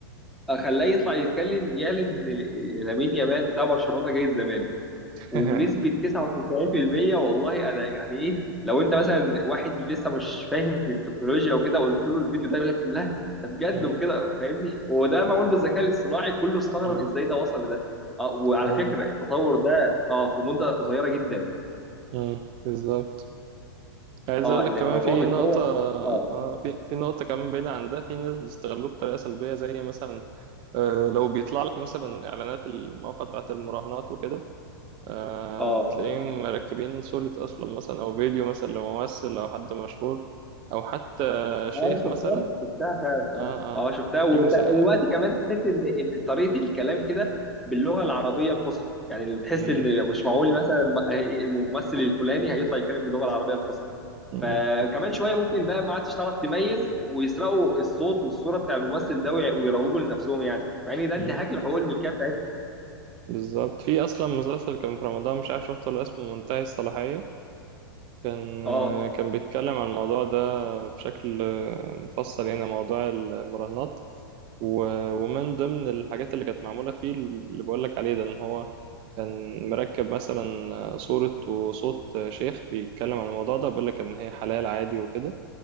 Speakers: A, in the centre; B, on the right.
A: آه، خلاه يطلع يتكلم يعلن إن لامين يامال بتاع برشلونة جاي الزمالك
B: <laughs>
A: وبنسبة 99% والله انا يعني ايه لو انت مثلا واحد لسه مش فاهم في التكنولوجيا وكده قلت له الفيديو ده يقول لك لا ده بجد
B: مم.
A: وكده فاهمني وده معمول بالذكاء الاصطناعي كله استغرب
B: مم.
A: ازاي ده وصل لده اه وعلى
B: أيوه.
A: فكرة التطور ده اه في مدة قصيرة جدا
B: مم. بالظبط عايز
A: اه
B: اقول
A: اللي
B: لك كمان
A: الموضوع
B: في
A: بيتطور
B: نقطة
A: اه
B: اه في في نقطة كمان بعيدة عن ده في ناس بيستغلوه بطريقة سلبية زي مثلا آه، لو بيطلع لك مثلا اعلانات المواقع بتاعت المراهنات وكده آه،
A: اه
B: بتلاقيهم مركبين صورة اصلا مثلا او فيديو مثلا لممثل او حد مشهور او حتى شيخ
A: اه شفتها
B: مثلا
A: شفتها فعلا
B: اه
A: اه اه
B: اه
A: شفتها ودلوقتي
B: في مسا...
A: كمان تحس ان ان طريقه الكلام كده باللغه العربيه الفصحى يعني اللي تحس
B: مم،
A: ان مش معقول مثلا الممثل الفلاني هيطلع يتكلم باللغه العربيه الفصحى
B: مم،
A: فكمان شويه ممكن بقى ما عادش تعرف تميز ويسرقوا الصوت والصوره بتاع الممثل ده وي- ويروجوا لنفسهم يعني مع ان ده
B: مم،
A: انتهاك لحقوق الملكيه بتاعتهم
B: بالظبط في اصلا مسلسل كان في رمضان مش عارف شفته ولا اسمه منتهي الصلاحية كان
A: اه
B: كان بيتكلم عن الموضوع ده بشكل مفصل يعني موضوع المراهنات و- ومن ضمن الحاجات اللي كانت معمولة فيه اللي بقولك عليه ده إن هو كان مركب مثلا صورة وصوت شيخ بيتكلم عن الموضوع ده بيقولك إن هي حلال عادي وكده